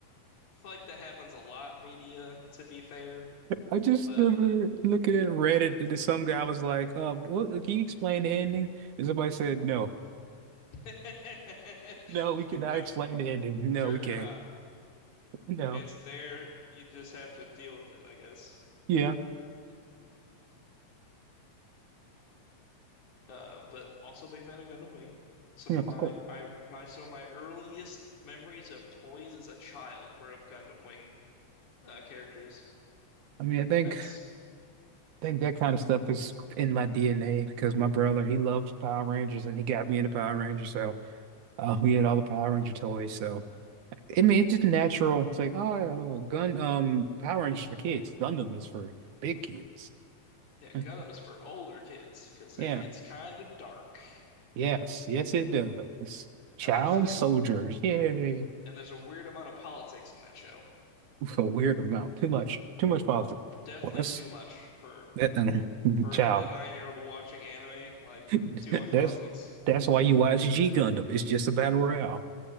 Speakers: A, on the left; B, on the right.
A: feel like that happens a lot in media, to be fair.
B: I just
A: but
B: remember looking at Reddit and some guy was like, uh, what, can you explain the ending? And somebody said, no,
A: <laughs>
B: no, we cannot
A: no,
B: explain the ending. No,
A: sure
B: we
A: cannot.
B: can't. No.
A: It's there. You just have to deal with it, I guess.
B: Yeah.
A: Uh, but also big fan of Gundam Wing. Some
B: Yeah,
A: of my
B: cool.
A: I my some of my earliest memories of toys as a child were of Gundam Wing uh, characters,
B: I mean, I think
A: mechs.
B: I think that kind of stuff is in my DNA because my brother, he loves Power Rangers and he got me into Power Rangers. So uh, we had all the Power Ranger toys. So I mean, it's just natural. It's like, oh, gun, um, Power Rangers for kids. Gundam is for big kids.
A: Yeah, Gundam
B: <laughs>
A: is for older kids because it
B: Yeah.
A: gets kind of dark,
B: Yes, yes, it does. Child
A: and there's
B: soldiers, yay!
A: and there's a weird amount of politics in that show.
B: Oof, A weird amount, too much, too much positive.
A: Definitely
B: Well, that's
A: too much for
B: that um,
A: for
B: <laughs> child.
A: a nine year old watching anime. Like
B: <laughs>
A: too much
B: That's
A: politics.
B: that's why you watch G Gundam. It's just a battle royale.